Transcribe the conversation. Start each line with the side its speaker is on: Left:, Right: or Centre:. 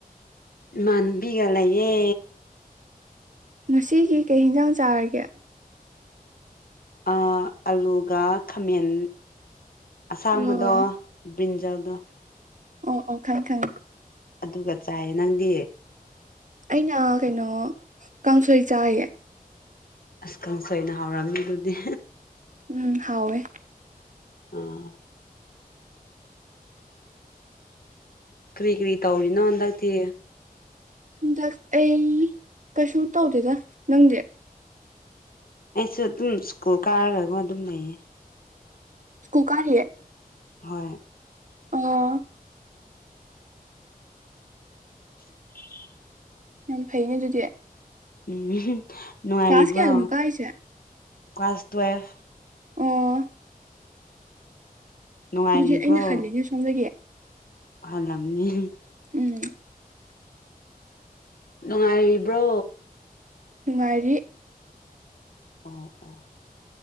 Left: ꯏꯃꯥꯟꯕꯤꯒ ꯂꯩꯌꯦ
Right: ꯉꯁꯤꯒꯤ ꯀꯩ ꯍꯦꯟꯖꯥꯡ ꯆꯥꯔꯒꯦ
Left: ꯑ ꯑꯂꯨꯒ ꯈꯥꯃꯦꯟ ꯑꯁꯥꯡꯕꯗꯣ
Right: ꯑꯣ
Left: ꯕꯔ꯭ꯤꯟꯖꯜꯗꯣ
Right: ꯑꯣ ꯑꯣ ꯈꯪ ꯈꯪ
Left: ꯑꯗꯨꯒ ꯆꯥꯏꯌꯦ ꯅꯪꯗꯤ
Right: ꯑꯩꯅ ꯀꯩꯅꯣ ꯀꯥꯡꯁꯣꯏ ꯆꯥꯏꯌꯦ
Left: ꯑꯁ ꯀꯪꯁꯣꯏꯅ ꯍꯥꯎꯔꯝꯅꯤ ꯗꯨꯗꯤ
Right: ꯎꯝ ꯍꯥꯎꯋꯦ
Left: ꯑꯥ ꯀ꯭ꯔꯤ ꯀ꯭ꯔꯤ ꯇꯧꯔꯤꯅꯣ ꯍꯟꯗꯛꯇꯤ
Right: ꯍꯟꯗꯛ ꯑꯩ ꯀꯩꯁꯨ ꯇꯧꯗꯦꯗ ꯅꯪꯗꯤ
Left: ꯑꯩꯁꯨ ꯑꯗꯨꯝ ꯁ꯭ꯀꯨꯜ ꯀꯥꯔꯒꯁꯣ ꯑꯗꯨꯝ ꯂꯩꯌꯦ
Right: ꯁ꯭ꯀꯨꯜ ꯀꯥꯔꯤꯌꯦ
Left: ꯍꯣꯏ
Right: ꯑꯣ
Left: <unintelligible>
Right: ꯌꯥꯝ ꯐꯩꯅꯦ ꯑꯗꯨꯗꯤ
Left: ꯎꯝ ꯅꯨꯡꯉꯥꯏꯔꯤꯕ꯭ꯔꯣ
Right: ꯀ꯭ꯂꯥꯁ ꯀꯌꯥꯗꯅꯣ ꯀꯥꯔꯤꯁꯦ
Left: ꯀ꯭ꯂꯥꯁ ꯇꯨꯋꯦꯜꯐ
Right: ꯑꯣ
Left: ꯅꯨꯡꯉꯥꯏꯔꯤꯕ꯭ꯔꯣ
Right: ꯑꯗꯨꯗꯤ ꯑꯩꯅ ꯍꯜꯂꯤꯅꯦ ꯁꯣꯝꯗꯒꯤ
Left: ꯍꯜꯂꯝꯅꯤ
Right: ꯎꯝ
Left: ꯅꯨꯡꯉꯥꯏꯔꯤꯕ꯭ꯔꯣ
Right: ꯅꯨꯡꯉꯥꯏꯔꯤ
Left: ꯑꯣ ꯑꯣ